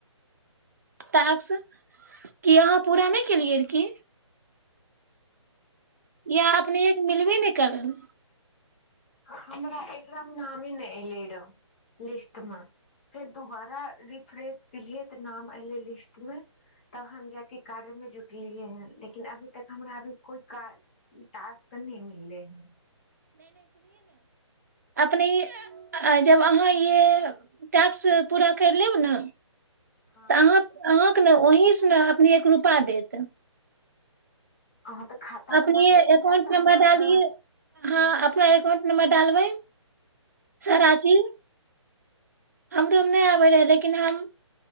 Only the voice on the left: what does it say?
हमरा एकरामे नााम नहि एले र लिस्ट मे फेर दुोबारा रिफ्रेश केलियै तऽ नाम एले लिस्ट मे तब हम जाक कार्यमे जुटलियै ह लेकिन अभी तक हमरा अभी कोइ कार ास तऽ नहि मिले है
हँ
अहाँ तऽ खाता
नम्बर लेथिन
तब तऽ
हमरा
ह